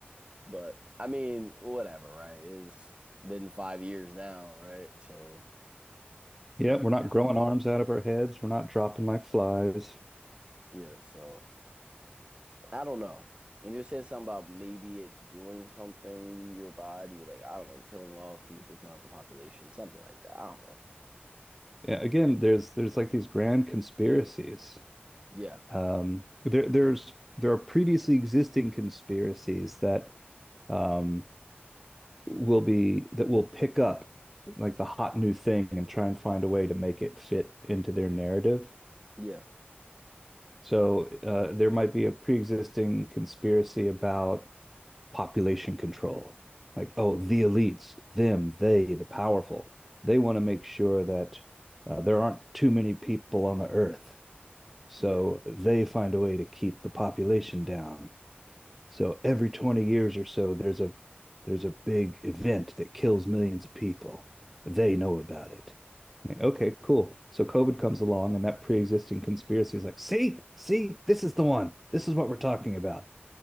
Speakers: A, on the right; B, in the centre.
A: But I mean, whatever, right? It's been five years now, right? So
B: Yeah,
A: nothing
B: we're not
A: happened.
B: growing arms out of our heads. We're not dropping like flies.
A: Yeah, so. I don't know. And you said something about maybe it doing something to your body, like I don't know, killing off people, killing off the population, something like that. I don't know.
B: Yeah, again, there's there's like these grand conspiracies.
A: Yeah,
B: Um, there there's there are previously existing conspiracies that um, will be that will pick up like the hot new thing and try and find a way to make it fit into their narrative.
A: yeah,
B: So uh, there might be a pre-existing conspiracy about population control. Like, oh, the elites, them, they, the powerful, they want to make sure that uh, there aren't too many people on the earth. So
A: yeah,
B: they find a way to keep the population down. So every 20 years or so, there's a there's a big event that kills millions of people. They know about it. Like, Okay, cool. So COVID comes along, and that pre-existing conspiracy is like, see, see, this is the one. This is what we're talking about.